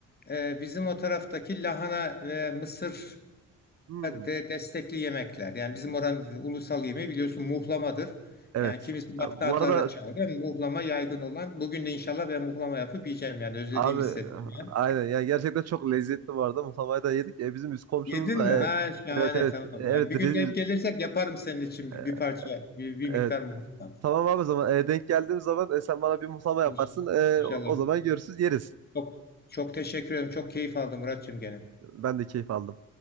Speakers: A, on the left; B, on the right.
A: E, bizim o taraftaki lahana ve mısırla
B: hmm,
A: de destekli yemekler. Yani bizim oranın ulusal yemeği biliyorsun muhlamadır.
B: evet.
A: Yani kimisi
B: Ya
A: başka
B: bu
A: adlarla
B: arada
A: çağırıyor. Muhlama yaygın olan. Bugün de inşallah ben muhlama yapıp yiyeceğim. Yani özlediğimi
B: abi
A: hissettim. yani.
B: aynen yani gerçekten çok lezzetli bu arada. Muhlamayı da yedik. E, bizim üst komşumuz
A: Yedin
B: da
A: mi? Ha
B: e,
A: şahane
B: evet evet
A: tamam.
B: E, evet
A: Yani bir
B: Riz-
A: gün denk gelirsek yaparım senin için
B: e,
A: bir bir parça, bir, bir miktar
B: evet
A: muhakkak.
B: Tamam abi o zaman e, denk geldiğim zaman e, sen bana bir muhlama yaparsın.
A: İnş-
B: E,
A: İnşallah.
B: o o zaman görürsüz yeriz.
A: Çok çok teşekkür ederim. Çok keyif aldım Muratçığım gene.
B: Ben de keyif aldım.